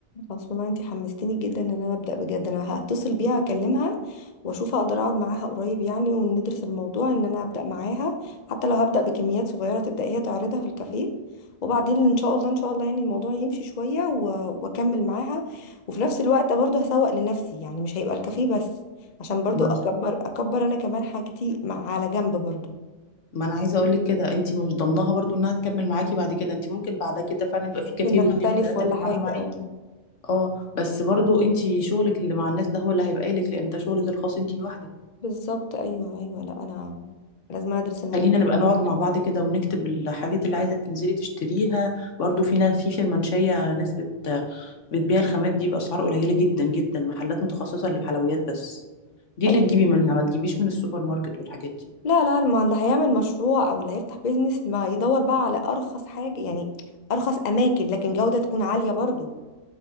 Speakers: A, on the left (about 45°); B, on the left (about 80°).
A: خلاص والله انت حمستيني جدا ان انا ابدا بجد انا هتصل بيها اكلمها واشوف اقدر اقعد معاها قريب يعني وندرس الموضوع ان انا ابدا معاها حتى لو هبدا بكميات صغيره تبدا هي تعرضها في الكافيه وبعدين ان شاء الله ان شاء الله يعني الموضوع يمشي شويه و- واكمل معاها وفي نفس الوقت برضه هسوق لنفسي يعني مش هيبقى الكافيه بس عشان برضه
B: ما
A: اكبر اكبر انا كمان حاجتي مع على جنب برضه
B: ما انا عايزه اقول لك كده انت مش
A: مم.
B: ضمنها برضو انها تكمل معاكي بعد كده انت ممكن بعد كده فعلا يبقى في
A: ممكن
B: كافيه
A: آه،
B: واثنين
A: نختلف
B: وثلاثه
A: ولا
B: بيتعاملوا
A: حاجه
B: معاكي
A: اه
B: اه بس برضو انت شغلك اللي مع الناس ده هو اللي هيبقى لك لان ده شغلك الخاص انت لوحدك
A: بالظبط ايوه ايوه لا انا لازم ادرس الموضوع
B: خلينا نبقى نقعد
A: ده.
B: مع بعض كده ونكتب الحاجات اللي عايزه تنزلي تشتريها برضو
A: مم.
B: في ناس في في المنشيه ناس بت بتبيع الخامات دي باسعار قليله جدا جدا محلات متخصصه للحلويات بس دي اللي
A: ايوه
B: تجيبي منها ما تجيبيش من السوبر ماركت والحاجات دي
A: لا لا ما اللي هيعمل مشروع او اللي هيفتح بيزنس ما يدور بقى على ارخص حاجة يعني ارخص اماكن لكن جودة تكون عالية برضو